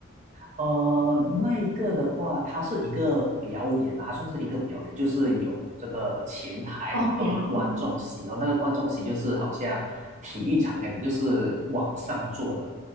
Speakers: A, on the right; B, on the right.
A: 呃，那一个的话，它是一个表演嘛，它算是一个表演，就是有这个前台，
B: 哦，
A: 然后有观众席，
B: 表演
A: 然后那个观众席就是好像体育场那样的，就是往上坐的，